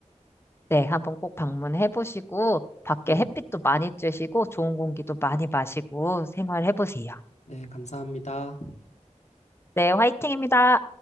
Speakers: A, on the left; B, on the left.
A: 네, 한번 꼭 방문해 보시고, 밖에
B: 네.
A: 햇빛도 많이 쬐시고, 좋은 공기도 많이 마시고, 생활해 보세요.
B: 네, 감사합니다.
A: 네, 화이팅입니다.